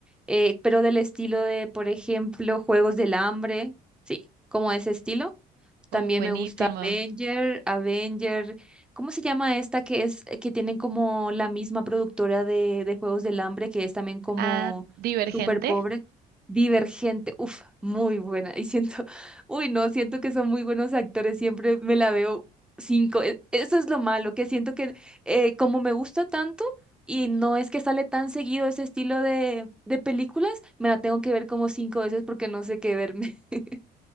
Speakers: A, in the centre; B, on the right.
A: eh, pero del estilo de, por ejemplo, Juegos del Hambre, sí, como ese estilo. También
B: Oh, buenísimo.
A: me gusta Avenger, Avenger. ¿Cómo se llama esta que es eh, que tienen como la misma productora de, de Juegos del Hambre, que es también como
B: Ah, Divergente
A: súper pobre? Divergente, uf, muy buena. Y siento, <laughs> uy, no, siento que son muy buenos actores, siempre me la veo cinco. E- Eso es lo malo, que siento que eh, como me gusta tanto y no es que sale tan seguido ese estilo de, de películas, me la tengo que ver como cinco veces porque no sé qué verme. <laughs>